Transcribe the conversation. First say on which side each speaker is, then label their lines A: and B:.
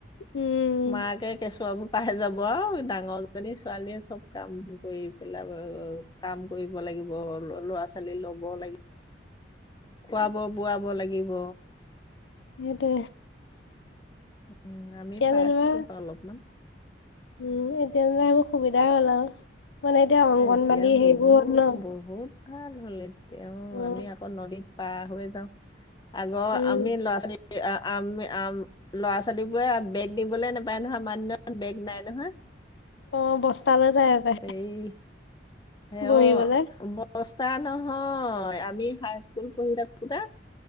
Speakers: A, on the left; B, on the left.
A: উম।
B: মাকে কেঁচুৱা বোৰ পাই যাব আৰু ডাঙৰজনী ছোৱালীয়ে চব কাম কৰি পেলাব আৰু কাম কৰিব লাগিব ল'ৰা ছোৱালী ল'ব লাগিব। খুৱাব বোৱাব লাগিব,
A: সেইটো
B: উ আমি পাই
A: যেনিবা
B: আছিলো বা অলপমান
A: উম এতিয়া পৰা এইবোৰ সুবিধাই হ'ল আৰু। মানে এতিয়া অংগনবাদী
B: এতিয়া
A: সেইবোৰ
B: বহু
A: হ'ল ন'
B: বহুত ভাল হ'ল এতিয়া অ
A: উম,
B: আমি আকৌ নদীত পাৰ হৈ যাওঁ - আগ
A: উম,
B: আমি ল'ৰা ছোৱালী, আমি আম ল'ৰা ছোৱালী বোৰে বেগ নিবলে নাপায় নহয় আমাৰ দিনত বেগ নাই নহয়।
A: অ বস্তা লৈ যায় হপাই
B: এই সে
A: বহিবলে
B: অ বস্তা নহয় আমি হাই স্কুল পঢ়ি থাকোতা